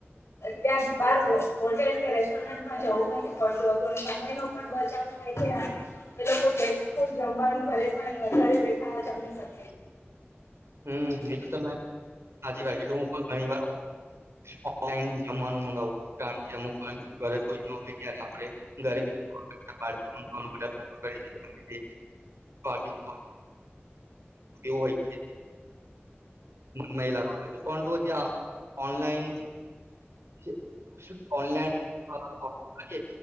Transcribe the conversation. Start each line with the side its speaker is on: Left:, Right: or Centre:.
Left: ત્યાં બાર હોટેલ કે રેસ્ટોરન્ટમાં જવું નથી પડતું હતું સમય નું પણ બચાવ થાય છે અને એ લોકો <unintelligible> જમવાનું ઘરે પણ ઘરે બેઠા જમ સાથ
Right: હમ્મ, એ તો મે હાચી વાર કીધું, હું પણ ઘણી વાર ઓનલાઈન મવાનું મગાવ કારણ કે અમુક ઘરે કોઈ હોય ત્યારે આપે ઘરે કોક કે છે બહારથી માંગવું <inaudible> <inaudible> કેવું હોય મહિલા છે પણ જો ત્યાં ઓનલાઈન જે શું ઓનલાઈન